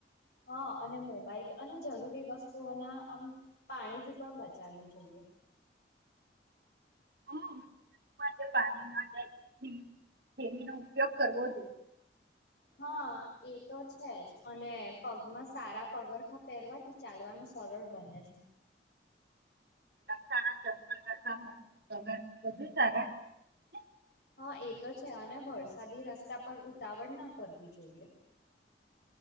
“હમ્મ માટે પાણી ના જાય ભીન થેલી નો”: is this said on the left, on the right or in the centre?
Right